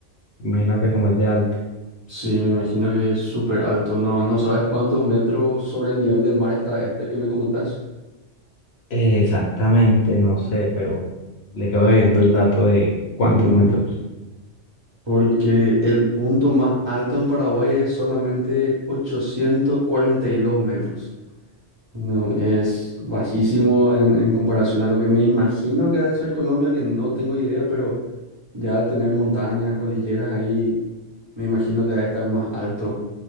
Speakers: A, on the left (about 65°); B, on the right (about 30°).
A: Imagínate cómo es de alto.
B: Sí, me imagino que es súper alto. No, no sabes cuántos metros sobre el nivel del mar está este que me comentás.
A: Eh, Exactamente, no sé, pero le quedo debiendo el dato de cuántos
B: Ujú.
A: metros.
B: Porque el punto más alto en Paraguay es solamente 842 metros. No, es bajísimo en, en comparación a lo que me imagino que ha de ser Colombia, que no tengo idea, pero ya al tener montañas, cordilleras ahí, me imagino que debe estar más alto